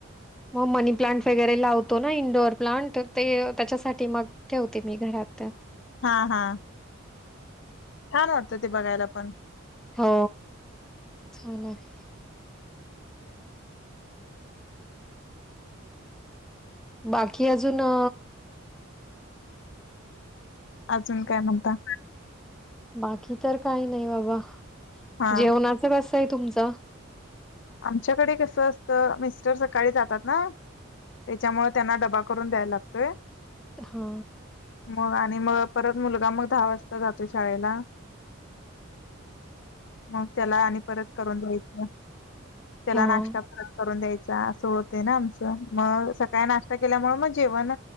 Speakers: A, in the centre; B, on the left (about 55°).
A: मग मनी प्लांट वगैरे लावतो ना इंडोअर प्लांट. ते त्याच्यासाठी मग ठेवते मी घरात.
B: हा हा छान वाटतं ते बघायला पण
A: हो छान आहे. बाकी अजून अ
B: अजून काय म्हणता?
A: बाकी तर काही नाही बाबा
B: हा
A: जेवणाच कस आहे तुमच.
B: आमच्याकडे कस असत मिस्टर सकाळी जातात ना त्याच्यामुळे त्यांना डबा करून द्यायला लागतोय.
A: हा.
B: मग आणि मग परत मुलगा मग दहा वाजता जातो शाळेला मग त्याला आणि परत करून द्यायचं त्याला
A: हां.
B: नाश्ता परत द्यायचा अस होत ना आमच मग सकाळी नाश्ता केल्यामुळे मग जेवण